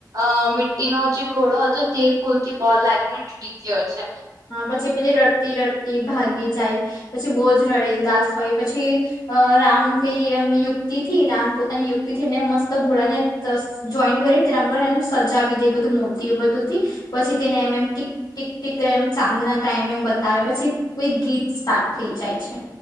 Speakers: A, on the right (about 55°); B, on the left (about 80°).
A: અ મીટી નો જે ઘોડો હતો તે ભુલથી બોલ લાગીને તૂટી ગયો છે
B: હા પછી પેલી રડતી રડતી ભાગી એ જાય પછી બોજ રડે ઉદાસ હોય પછી રામ કઈ એમ યુક્તિ થી આમ પોતાની યુક્તિથી ને મસ્ત ઘોડા ને જોઈન્ટ કરીને તેના પર સજાવી દે એ બધું મોતી બધું થી પછી તેને એમ એમ ટી ટીક ટીક એ ચાંદ ના ટાઈમે બતાવે પછી કોઈ ગીત સ્ટાર્ટ થઈ જાય છે